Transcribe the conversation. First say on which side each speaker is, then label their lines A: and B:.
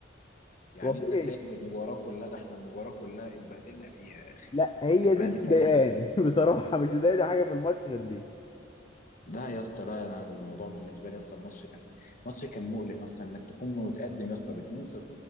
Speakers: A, on the left; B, on the left.
A: يعني
B: هو في
A: انت سايب
B: ايه
A: المباراة كلها ده احنا المباراة كلها اتبهدلنا فيها يا اخي
B: لا هي
A: اتبهدلنا
B: دي اللي مضايقاني
A: فيها
B: <laughs> بصراحه مش مضايقني حاجه في الماتش غير دي
A: ده يا اسطى لا انا الموضوع بالنسبة لي يا اسطى الماتش كان ماتش كان مؤلم يا اسطى انك تكون متقدم يا اسطى ب 2-0